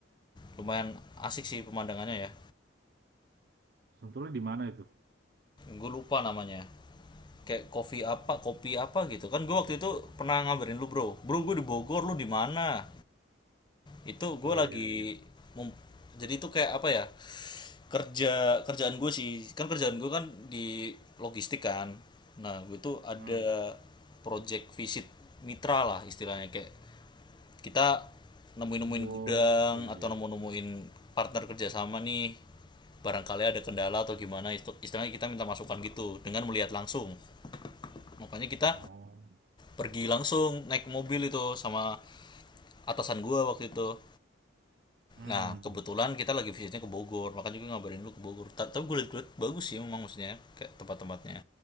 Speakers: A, on the left (about 25°); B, on the right (about 55°).
A: Lumayan asik sih pemandangannya ya.
B: Sentulnya di mana itu?
A: Gue lupa namanya. Kayak kopi apa, kopi apa gitu. Kan gue waktu itu pernah ngabarin lu, Bro. Bro, gue di Bogor, lu di mana? Itu gue
B: Oh
A: lagi
B: iya iya.
A: mem- jadi itu kayak apa ya? kerja kerjaan gue sih kan kerjaan gue kan di logistik kan nah gue tuh ada
B: Hmm.
A: project visit mitra lah istilahnya kayak kita nemuin-nemuin
B: Oh
A: gudang
B: iya
A: atau
B: iya.
A: nemu-nemuin partner kerjasama nih barangkali ada kendala atau gimana istu- istilahnya kita minta masukan gitu dengan melihat langsung makanya kita
B: Oh.
A: pergi langsung naik mobil itu sama atasan gue waktu itu
B: Hmm.
A: Nah, kebetulan kita lagi visitnya ke Bogor, makanya gue ngabarin lu ke Bogor. Ta- Tapi gue liat-liat bagus sih memang maksudnya kayak tempat-tempatnya.